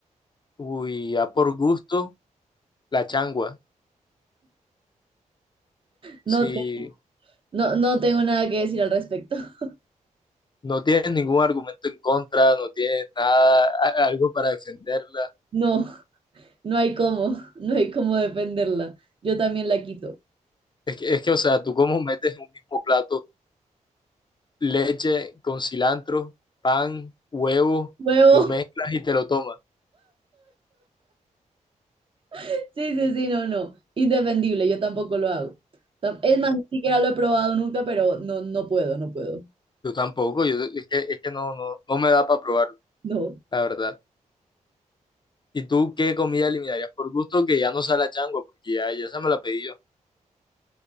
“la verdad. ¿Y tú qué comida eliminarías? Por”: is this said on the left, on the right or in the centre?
Left